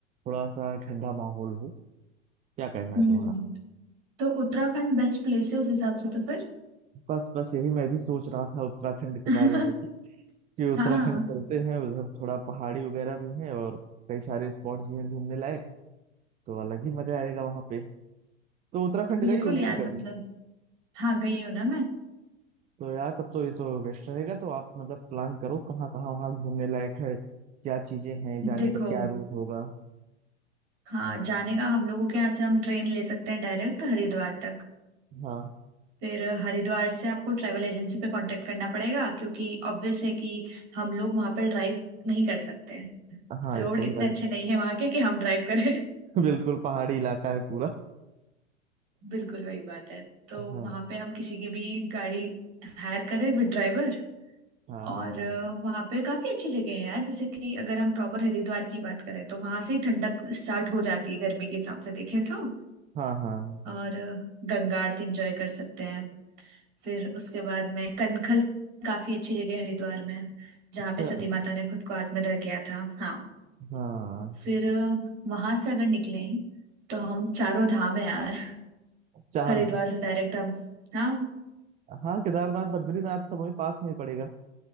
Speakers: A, on the right; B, on the right.
A: थोड़ा सा ठंडा माहौल हो क्या कहना
B: हम्म
A: है तुम्हारा
B: तो उत्तराखंड बेस्ट प्लेस है उस हिसाब से तो फिर
A: बस बस यही मैं भी सोच रहा था उत्तराखंड के
B: <laughs>
A: बारे में ही कि उत्तराखंड
B: हाँ
A: चलते हैं उधर थोड़ा पहाड़ी वगैरह भी है और कई सारे स्पॉट्स भी हैं घूमने लायक तो अलग ही मजा आएगा वहां पे तो उत्तराखंड
B: बिल्कुल
A: गई हो नहीं
B: यार मतलब
A: कभी
B: हाँ गई हूँ ना मैं
A: तो यार तब तो ये तो बेस्ट रहेगा तो आप मतलब प्लान करो कहाँ कहाँ वहाँ घूमने लायक है क्या चीजें हैं जाने
B: देखो
A: का क्या रूट होगा
B: हाँ जाने का हम लोगों के यहाँ से हम ट्रेन ले सकते हैं डायरेक्ट हरिद्वार तक
A: हाँ
B: फिर हरिद्वार से आपको ट्रैवल एजेंसी पे कांटेक्ट करना पड़ेगा क्योंकि ऑब्वियस है कि हम लोग वहां पर ड्राइव नहीं कर सकते
A: हाँ
B: रोड
A: ये तो है
B: इतने
A: भाई
B: अच्छे नहीं है वहां के कि हम ड्राइव करें
A: <laughs> बिल्कुल पहाड़ी इलाका है पूरा
B: बिल्कुल वही बात है तो
A: हाँ
B: वहां पे हम किसी की भी गाड़ी हायर करें विद ड्राइवर
A: हाँ
B: और वहां पे काफी अच्छी जगह है यार जैसे कि अगर हम प्रॉपर हरिद्वार की बात करें तो वहां से ही ठंडक स्टार्ट हो जाती है गर्मी के हिसाब से देखें तो
A: हाँ हाँ
B: और गंगा आरती एंजॉय कर सकते हैं फिर उसके बाद में कनखल काफी अच्छी जगह है हरिद्वार में जहाँ
A: अच्छा
B: पे सती माता ने खुद को आत्मदाह किया था हाँ
A: हाँ
B: फिर वहां से अगर निकले तो हम चारों धाम है यार
A: चार
B: हरिद्वार से डायरेक्ट हम हाँ
A: हाँ केदारनाथ बद्रीनाथ सब वहीं पास में ही पड़ेगा